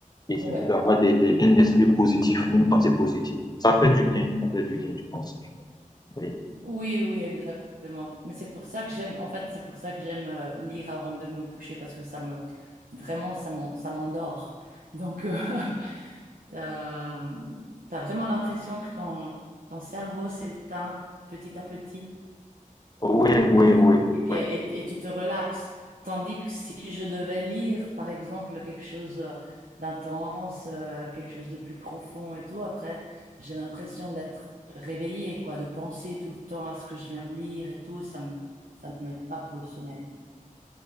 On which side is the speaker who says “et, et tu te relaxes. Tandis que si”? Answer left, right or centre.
Right